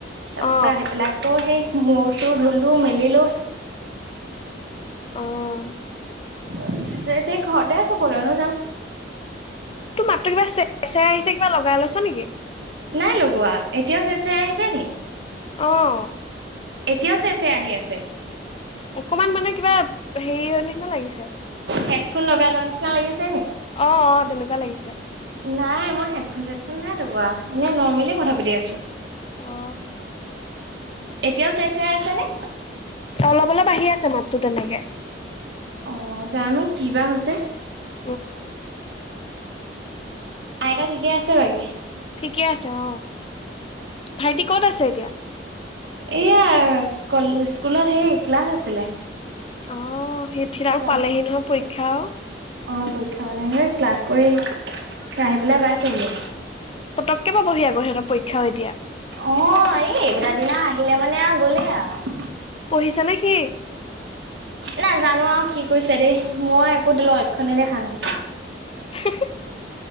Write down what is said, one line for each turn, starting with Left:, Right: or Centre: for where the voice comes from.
Right: তাৰপিছত
Left: অ
Right: আহি পেলাই অঁ সেই মূৰ চৌ ধুলো মেলিলো।
Left: অঁ!
Right: বেয়া লাগিছে ঘৰতে আছো কলৈনো যাম।
Left: তোৰ মাতো কিবা চে চেই আহিছে কিবা লগাই লৈছ নেকি?
Right: নাই লগোৱা এতিয়াও চেচাই আহিছে নি?
Left: অঁ।
Right: এতিয়াও চাইছে আহি আছে।
Left: অকমান মানে কিবা হেৰি অ নিচিনা লাগিছে।
Right: হেডফোন লগাই লোৱা নিচিনা লাগিছে নি?
Left: অ অ তেনেকুৱা লাগিছে।
Right: নাই মই হেডফোন - চেডফোন নাই লগোৱা এনে নৰ্মেলি কথা পাতি আছো।
Left: অ।
Right: এতিয়াও চেৰে চেৰা আছে নে?
Left: অলপ - অলপ আহি আছে মাততো তেনেকে।
Right: অ জানো কি বা হৈছে?
Left: উহ।
Right: আইতা ঠিকে আছে বাকী?
Left: ঠিকে আছে অ, ভাইটি কত আছে এতিয়া?
Right: এইয়া স্কল স্কুলত সেই ক্লাছ আছিলে।
Left: অ সেইঠিত আৰু
Right: ক্লাছ
Left: পালেহি
Right: কৰি
Left: নহয় পৰীক্ষাও।
Right: অ পৰীক্ষা পালে ক্লাছ কৰি আহি পেলাই পাইছেহি।
Left: পটককে বা বহি আক সিহতৰ পৰীক্ষা হয় দিয়া।
Right: অ এই এইকেইটা দিনা আহিলে মানে আৰু গলে আৰু।
Left: পঢ়িছে নে সি?
Right: নেজানো আৰু কি কৰিছে দেই, মই একো লক্ষণেই দেখা নাই।
Left: হিহি।